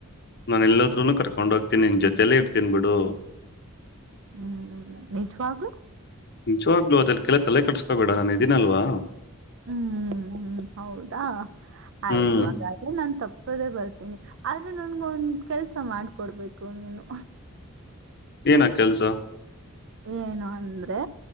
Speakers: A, on the left; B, on the right.
A: ನಾನ ಎಲ್ಲದ್ರೂ ಕರ್ಕೊಂಡ ಹೋಗ್ತೀನಿ ನಿನ್ ಜೊತೆಯಲ್ಲೇ ಇಡ್ತೀನ್ ಬಿಿಡು
B: ಹ್ಮ್ ನಿಜವಾಗ್ಲುೂ
A: ನಿಂಚವಾಗ್ಲು ಅದ್ರಕ್ಕೆಲ ತಲೆ ಕಟ್ಸ್ಕೋಬೇಡ ನು ಇದಿನಲ್ವಾ
B: ಹ್ಮ್ ಹ್ಮ್ ಹೌದಾ ಆಯ್ತು
A: ಹ್ಮ್.
B: ಹಾಗಾದ್ರೆ ನನ್ ತಪ್ಪ ಪದೆ ಬರ್ತೀನಿ ಆದ್ರೆ ನನ್ಗ ಒಂದ್ ಕೆಲ್ಸ ಮಾಡ್ಕೊಡ್ಬೇಕು ನೀನು
A: ಏನ ಕೆಲ್ಸ
B: ಏನು ಅಂದ್ರೆ